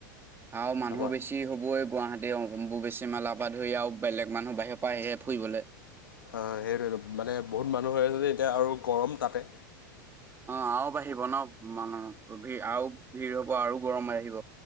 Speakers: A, on the right; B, on the left.
A: আও মানুহ
B: আমাৰ
A: বেছি হ'বই গুৱাহা বে অম্বোবেচী মেলা পা ধই আও বেলেগ মানুহ বাহিৰ পা আহে ফুইবলে।
B: অ' হেটোৱেটো মানে বহুত মানুহ হয় আছে যে এতিয়া আৰু গৰম তাতে।
A: অ' আও বাঢ়িব ন মানু, অ' ভি আও ভিৰ হ'ব আৰু গৰম বাহিব।